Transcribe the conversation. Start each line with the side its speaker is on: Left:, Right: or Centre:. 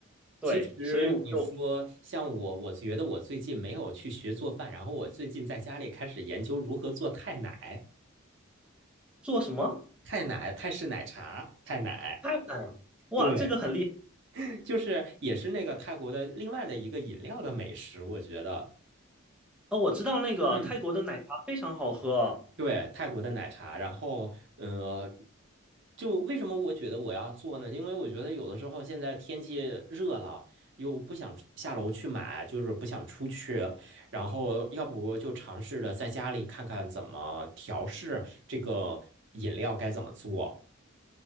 Centre: 对，
Right: 其实你说像我，
Centre: 所以我就
Right: 我觉得我最近没有去学做饭，然后我最近在家里开始研究如何做泰奶、
Centre: 做什么
Right: 泰奶、泰式奶茶、泰奶，
Centre: 泰奶，哇，
Right: 对，
Centre: 这个很厉害
Right: 就是也是那个泰国的另外的一个饮料的美食，我觉得，
Centre: 哦，我知道那个泰国的奶茶非常好喝。
Right: 嗯。对，泰国的奶茶，然后呃，就为什么我觉得我要做呢？因为我觉得有的时候现在天气热了，又不想出下楼去买，就是不想出去，然后要不就尝试着在家里看看怎么调试这个饮料该怎么做，